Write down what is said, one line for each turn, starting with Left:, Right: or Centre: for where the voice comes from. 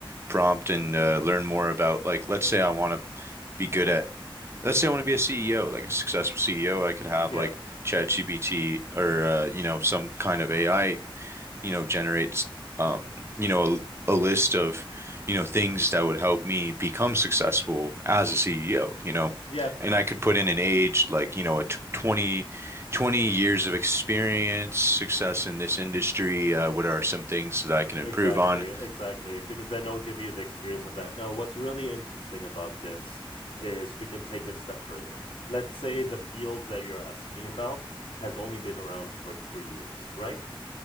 Right: prompt and uh, learn more about like let's say I want to be good at Let's say I want to be a CEO, like a successful CEO. I could have
Left: Yeah.
Right: like ChatGPT or uh, you know some kind of AI, you know, generates um, you know a, a list of you know things that would help me become successful as a CEO, you know,
Left: Yeah.
Right: and I could put in an age like you know a t twenty, 20 years of experience, success in this industry. Uh, what are some things that I can improve
Left: Exactly,
Right: on?
Left: exactly. Because then i will give you the experience of that. Now, what's really interesting about this is we can take it a step further. Let's say the field that you're asking about has only been around for three years, right?